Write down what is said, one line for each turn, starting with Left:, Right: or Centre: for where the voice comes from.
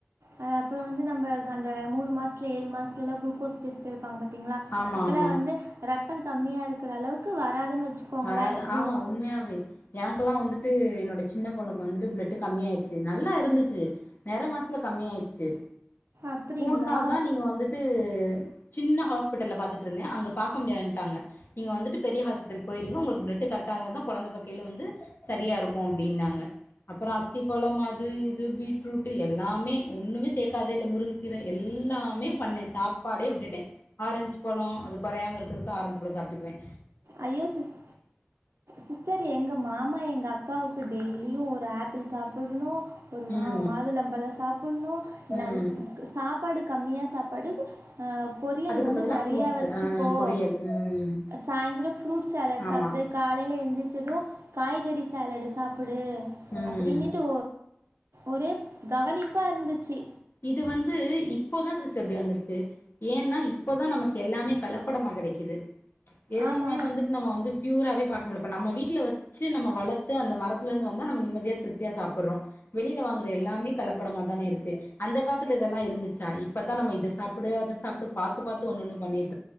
Right: ஆ அப்புறம் வந்து நம்ம அந்த மூணு மாசத்துல ஏழு மாசத்துல எல்லா குளுக்கோஸ் டெஸ்ட் எடுப்பாங்க பாத்தீங்களா
Left: ஆமா
Right: அப்பல்லா
Left: ஆமா
Right: வந்து ரத்தம் கம்மியா இருக் கிற அளவுக்கு வராதுன்னு வச்சுக்கோங்களேன்
Left: வராது
Right: குளு
Left: ஆமா உண்மையாவே எனக்கெல்லா வந்துட்டு என்னோட சின்ன பொண்ணுக்கு வந்துட்டு பிளட் கம்மி ஆயிடுச்சு நல்லா இருந்துச்சு நிற மாசல கம்மியாயி ச்சு
Right: அப்படிங்களா
Left: கூட்னாதான் நீங்க வந்துட்டு சின்ன ஹாஸ்பிட்டல்ல பாத்துட்டு இருந்தே அங்கப் பார்க்க முடியாதுன்ட்டாங்க நீங்க வந்துட்டு பெரிய ஹாஸ்பிட்டல் போயிருங்க உங்களுக்கு பிளட்டு கரெக்ட இருந்த தான் குழந்தைப்பேக்கையில வந்து சரியா இருக்கும் அப்படின்னாங்க அப்புறம் அத்திப்பழம் அது இது பீட்ரூட் எல்லாமே ஒண்ணுமே சேர்க்காதே இல்ல முருங்கைக்கீரை எல் லாமே பண்ணேன் சாப்பாடே விட்டுட்டேன் ஆரஞ்சு பழம் அது குறையாம இருக்கிறதுக்கு ஆரஞ்சு பழம் சாப் டுக்குவேன்.
Right: ஐயோ சிஸ் சிஸ்டர் எங்க மாமா எங்க அக் காவுக்கு டெய்லியும் ஒரு ஆப்பிள் சாப்பிடணும் ஒரு மா
Left: ம்
Right: மாதுளம்பழம் சாப்பிடணும். நல்
Left: ம்
Right: சாப்பாடு கம்மியா சாப் படு பொரியல்
Left: அதுக்கு
Right: வந்து
Left: பதிலா
Right: நிறைய
Left: ஃப்ரூட்ஸ்
Right: வச்சுக்கோ
Left: ஆ பொரியல் ம்
Right: சாயந்திரம் சாலட்
Left: ஆமா
Right: சாப்பிடு காலையில எந்திரிச்சதோ காய்கறி சாலாடு் சாப் டு
Left: ம்
Right: அப்படின்னுட்டு ஒரே கவனிப்பா இருந்துச்சு
Left: இது வந்து இப்போதான் சிஸ்டர் இப்படி வந்திருக்கு ஏன்னா இப்போதான் நமக்கு எல்லாமே கலப் படமா கிடைக்குது எதையுமே
Right: ஆமாம்.
Left: வந்துட்டு நம்ம வந்து பியூராவே பாக் ம்லப்ப நம்ம வீட்டுல வெச்சி நம்ம வளர்த்து அந்த மரத்தல இருந்து வந்தா நம நிம்மதியா திருப்தியா சாப்பிடுறோம் வெளில வாங்க ர எல்லாமே கலப்படமா தானே இருக்கு. அந்த காலத்துல இதெல்லாம் இருந்துச்சா இப்பதான் நம்ம இதை சாப்பிடு அதை சாப்பிடு பாத்து பாத்து ஒன்னு ஒன்னு பண்ணிட்